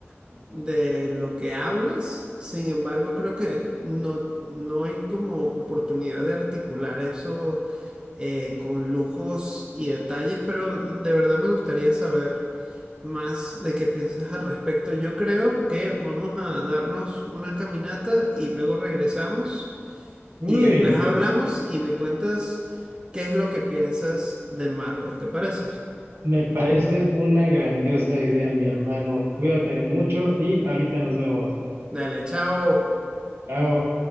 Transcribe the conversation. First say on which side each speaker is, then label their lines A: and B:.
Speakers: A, on the right (about 20°); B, on the right (about 70°).
A: de lo que hablas, sin embargo, creo que no, no hay como oportunidad de articular eso eh, con lujos y detalles, pero de verdad me gustaría saber más de qué piensas al respecto. Yo creo que vamos a darnos una caminata y luego regresamos
B: Uy,
A: y después hablamos y me cuentas qué es lo que piensas de Marvel, ¿te parece?
B: me parece una grandiosa idea, mi hermano. Cuídate mucho y ahorita nos vemos.
A: Dale, chao.
B: Chao.